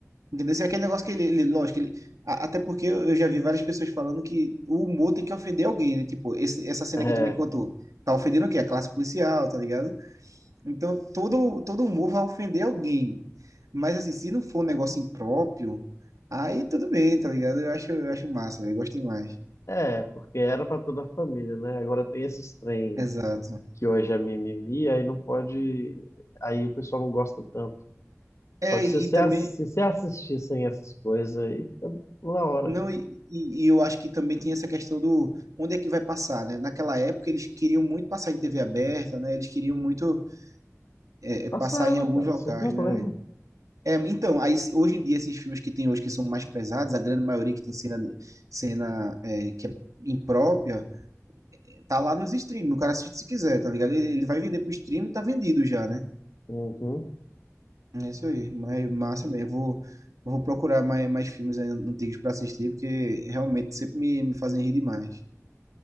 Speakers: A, on the right (about 85°); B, on the left (about 60°).
A: Entendeu? Assim, É aquele negócio que ele, ele- lógico, ele, a- até porque eu eu já vi várias pessoas falando que o humor tem que ofender alguém, né? Tipo, esse, essa cena
B: é.
A: que tu me contou, tá ofendendo o quê? A classe policial, tá ligado? Então, todo, todo humor vai ofender alguém. Mas, assim, se não for um negócio impróprio, aí tudo bem, tá ligado? Eu acho, eu acho massa, velho, eu gosto demais.
B: É, porque era para toda a família, né? Agora tem esses trem
A: Exato.
B: que hoje é mimimi, aí não pode. Aí o pessoal não gosta tanto. Só
A: É,
B: que
A: e
B: se você,
A: também,
B: ass- se você assistissem essas coisas aí, fica na hora,
A: não,
B: cara.
A: e, e e eu acho que também tem essa questão do onde é que vai passar, né? Naquela época eles queriam muito passar em TV aberta, né? Eles queriam muito é,
B: E passava,
A: é, passar em alguns
B: cara,
A: locais,
B: sem problema.
A: né, velho? É, então, aí, se- hoje em dia esses filmes que tem hoje que são mais pesados, a grande maioria que tem cena, cena é, que é imprópria, Tá lá nos streams, o cara assiste se quiser, tá ligado? Ele, ele vai vender pro stream e tá vendido já, né?
B: Uhum.
A: É isso aí. Mas massa mesmo. Eu Vou, eu vou procurar mais, mais filmes aí antigos pra assistir, porque realmente sempre me, me fazem rir demais.